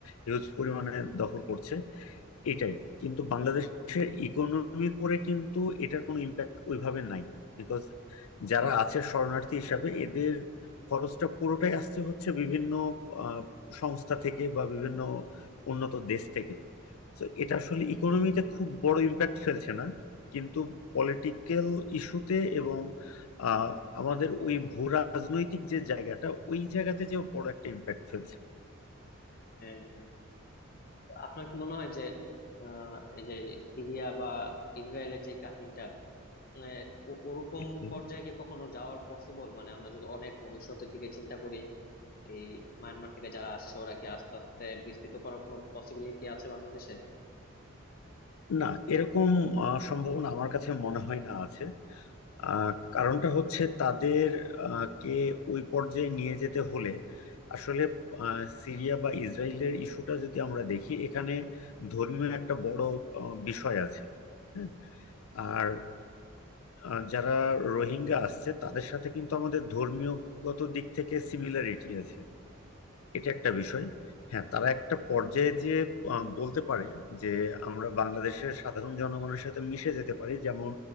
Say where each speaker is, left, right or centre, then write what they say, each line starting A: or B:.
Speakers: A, on the left (about 85°); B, on the left (about 45°).
A: হিউজ পরিমাণে দখল করছে এটাই কিন্তু বাংলাদেশের ইকোনমির উপরে কিন্তু এটার কোনো ইম্প্যাক্ট ওইভাবে নাই বিকজ যারা আছে শরণার্থী হিসাবে এদের খরচটা পুরোটাই আসছে হচ্ছে বিভিন্ন আহ, সংস্থা থেকে বা বিভিন্ন উন্নত দেশ থেকে তো এটা আসলে ইকোনমিতে খুব বড় ইম্প্যাক্ট ফেলছে না কিন্তু পলিটিক্যাল ইস্যুতে এবং আহ, আমাদের ওই ভূ রাজনৈতিক যে জায়গাটা ওই জায়গাতে যে বড় একটা ইম্প্যাক্ট ফেলছে
B: হ্যাঁ হ্যাঁ। তো আপনার কি মনে হয় যে আহ এই যে যে সিরিয়া বা ইসরায়েলের যে কাহিনীটা মানে ও- ওরকম
A: হুম।
B: পর্যায়ে কি কখনো যাওয়ার পসিবল মানে আমরা যদি অনেক ভবিষ্যতের দিকে চিন্তা করি এই মায়ানমার থেকে যারা আসছে ওরা কি আস্তে আস্তে বিস্তৃত করার কোনো পসিবিলিটি আছে বাংলাদেশে
A: না এরকম আহ, সম্ভাবনা আমার কাছে মনে হয় না আছে আহ, কারণটা হচ্ছে তাদের আহ, কে ওই পর্যায়ে নিয়ে যেতে হলে আসলে আহ, সিরিয়া বা ইসরায়েলের ইস্যুটা যদি আমরা দেখি এখানে ধর্মীয় একটা বড় আহ, বিষয় আছে হ্যাঁ।
B: হ্যাঁ
A: আর আহ, যারা রোহিঙ্গা আসছে তাদের সাথে কিন্তু আমাদের ধর্মীয়গত দিক থেকে সিমিলারিটি আছে এটা একটা বিষয় হ্যাঁ তারা একটা পর্যায়ে যে আহ, বলতে পারে যে আমরা বাংলাদেশের সাধারণ জনগণের সাথে মিশে যেতে পারি যেমন